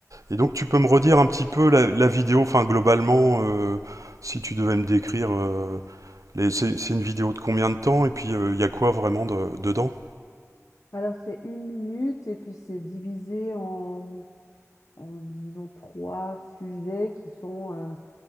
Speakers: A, on the right; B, on the left.
A: Et donc tu peux me redire un petit peu la, la vidéo, enfin globalement, euh, si tu devais me décrire... euh, Les- C'est c'est une vidéo de combien de temps? Et puis, euh, il y a quoi vraiment de- dedans?
B: Alors, c'est une minute et puis c'est divisé en, en, disons, trois sujets qui sont euh,